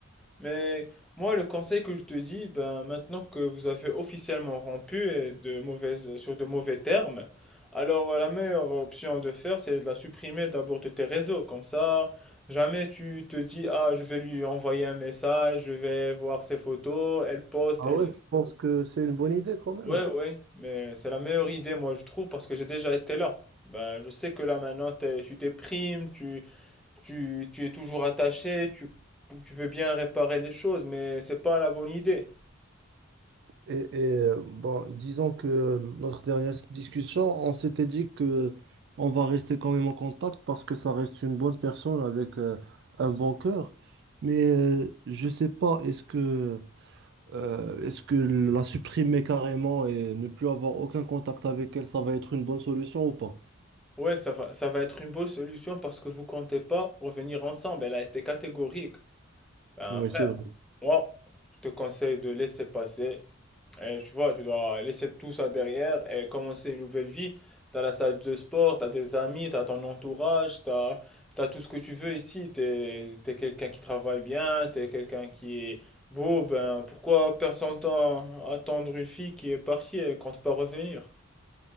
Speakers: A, in the centre; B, on the right.
A: Mais moi, le conseil que je te dis, ben, maintenant que vous avez officiellement rompu et de mauvaises, sur de mauvais termes, alors euh, la meilleure option de faire, c'est de la supprimer d'abord de tes réseaux. Comme ça, jamais tu te dis, ah, je vais lui envoyer un message, je vais voir ses photos, elle poste,
B: Ah
A: elle...
B: ouais, je pense que c'est une bonne idée quand même.
A: Ouais, ouais, mais c'est la meilleure idée, moi, je trouve, parce que j'ai déjà été là. Ben, je sais que là, maintenant, t'es- tu déprimes, tu, tu, tu es toujours attaché, tu, tu veux bien réparer les choses, mais c'est pas la bonne idée.
B: Et, et, euh, bon, disons que notre dernière discussion, on s'était dit que on va rester quand même en contact parce que ça reste une bonne personne avec euh, un bon cœur. Mais euh, je sais pas, est-ce que Euh, est-ce que la supprimer carrément et ne plus avoir aucun contact avec elle, ça va être une bonne solution ou pas?
A: Ouais, ça va, ça va être une bonne solution parce que vous comptez pas revenir ensemble. Elle a été catégorique. Ben,
B: Ouais,
A: frère,
B: c'est vrai.
A: moi, je te conseille de laisser passer Et tu vois, tu dois laisser tout ça derrière et commencer une nouvelle vie. T'as la salle de sport, t'as des amis, t'as ton entourage, t'as, t'as tout ce que tu veux ici. T'es, t'es quelqu'un qui travaille bien, t'es quelqu'un qui est beau. Ben, pourquoi personne t'en- attendre une fille qui est partie et compte pas revenir?